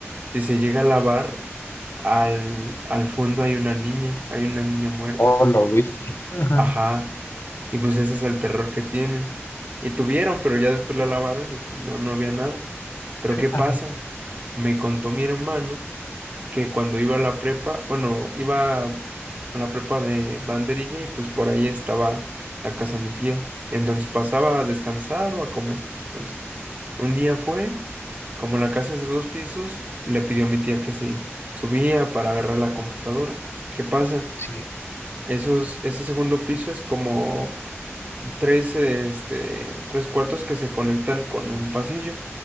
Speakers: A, on the right (about 35°); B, on the left (about 60°).
A: si se llega a lavar, al, al fondo hay una niña, hay una niña muerta,
B: Oh,
A: se
B: lo
A: supone.
B: viste. Ajá,
A: Ajá. Y pues ese es el terror que tienen. Y tuvieron, pero ya después la lavaron y pues no, no había nada. Pero ¿qué pasa?
B: ah,
A: Me contó mi hermano que cuando iba a la prepa, bueno, iba a la prepa de Banderilla y pues por ahí estaba la casa de mi tía. Entonces pasaba a descansar o a comer. Entonces, un día fue, como la casa es de dos pisos, le pidió a mi tía que se subía para agarrar la computadora. ¿Qué pasa?
B: sí,
A: Esos, ese segundo piso es como tres, este, tres cuartos que se conectan con un pasillo